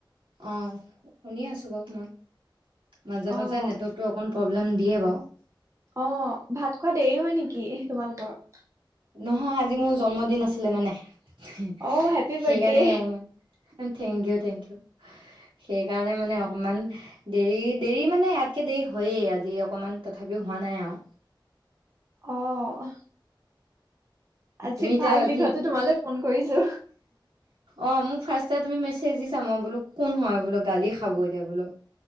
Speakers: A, on the right; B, on the right.
A: অ', শুনি আছো বাৰু মই। মাজে মাজে
B: অ'
A: নেটৱৰ্ক টো অকণ প্ৰব্লেম দিয়ে বাৰু।
B: অ' ভাত খোৱা দেৰি হয় নেকি তোমালোকৰ?
A: নহয় আজি মোৰ জন্মদিন আছিলে মানে সেইকাৰণে
B: অ' হেপী বাৰ্থডে
A: অকমান থেংক ইউ থেংক ইউ। সেইকাৰণে মানে অকমান দেৰি, দেৰি মানে ইয়াতকে দেৰি হয়েই আজি অকমান তথাপিও হোৱা নাই আৰু।
B: অ' আজি
A: তুমি এতিয়া
B: ভাল দিনতে
A: কি
B: তোমালৈ ফোন কৰিছো।
A: অ', মোক ফাৰ্ষ্টে তুমি মেচ চেজ দিছা, মই বোলো কোন হয় বোলো, গালি খাব এতিয়া বোলো।